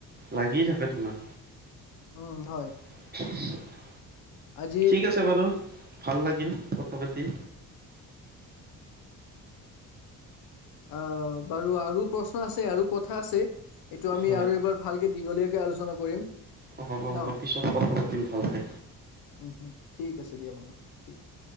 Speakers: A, on the right; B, on the left.
A: লাগিয়ে থাকে তোমাক।
B: উম, হয়।
A: <inaudible>
B: আজি
A: ঠিক আছে বাৰু, ভাল লাগিল কথা পাতি।
B: অ', বাৰু আৰু প্ৰশ্ন আছে, আৰু কথা আছে। এইটো আমি
A: হয়
B: আৰু এইবাৰ ভালকে দীঘলীয়াকে আলোচনা কৰিম।
A: অ', হ'ব, হ'ব,
B: ন
A: পিছত কথা পাতিম ভালকে।
B: উম, উম, ঠিক আছে দিয়া বন্ধু। ঠিক আছে।